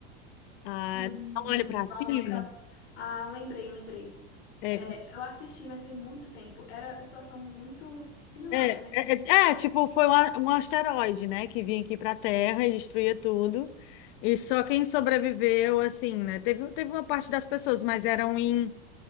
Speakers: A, on the left; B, on the left.
A: Ah,
B: Hum,
A: não olhe para
B: então,
A: cima.
B: aca- ah, lembrei, lembrei.
A: É,
B: É, eu assisti, mas tem muito tempo. Era situação muito similar,
A: é,
B: né?
A: é, é, é, tipo, foi um, a- um asteroide, né, que vinha aqui para a Terra e destruía tudo. E só quem sobreviveu, assim, né? Teve, teve uma parte das pessoas, mas eram em